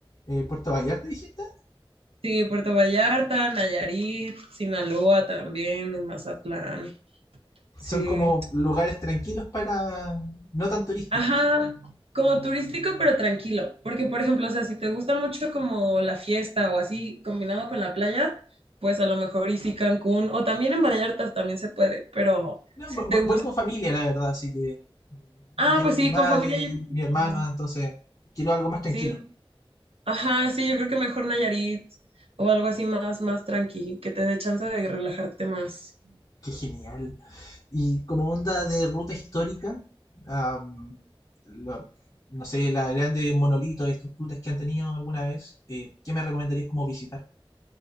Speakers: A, on the left; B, on the right.
A: eh, Puerto Vallarta, dijiste,
B: sí, Puerto Vallarta, Nayarit, Sinaloa también, en Mazatlán. Sí.
A: son como lugares tranquilos para no tan turísticos.
B: Ajá, como turístico, pero tranquilo. Porque, por ejemplo, o sea, si te gusta mucho como la fiesta o así combinado con la playa, pues a lo mejor y sí Cancún o también en Vallarta también se puede, pero
A: No,
B: si
A: vo-
B: te
A: vo-
B: gusta.
A: voy con familia, la verdad, así que mm,
B: Ah,
A: llevo
B: pues sí,
A: mi madre,
B: con familia yo creo
A: mi
B: que
A: hermano,
B: sí.
A: entonces quiero algo más tranquilo.
B: Sí, ajá, sí, yo creo que mejor Nayarit o algo así más, más tranqui, que te dé chance de relajarte más.
A: Qué genial. Y como onda de ruta histórica, am, la- no sé, las grandes monolitos, estructuras que han tenido alguna vez, eh, ¿qué me recomendarías como visitar?